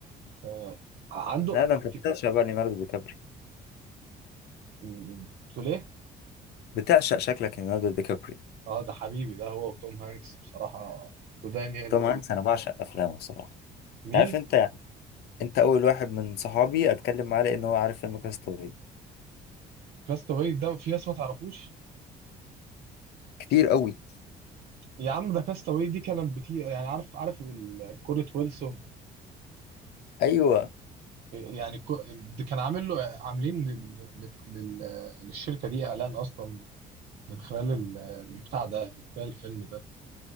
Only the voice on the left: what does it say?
لا ده انت بتعشق
بقى ليوناردو دي كابري
بتعشق شكلك ليوناردو دي كابري
توم هانكس انا بعشق افلامه بصراحه
انت عارف انت يعني انت اول واحد من صحابي اتكلم معاه لان هو عارف فيلم كاستاوي
كتير قوي
ايوه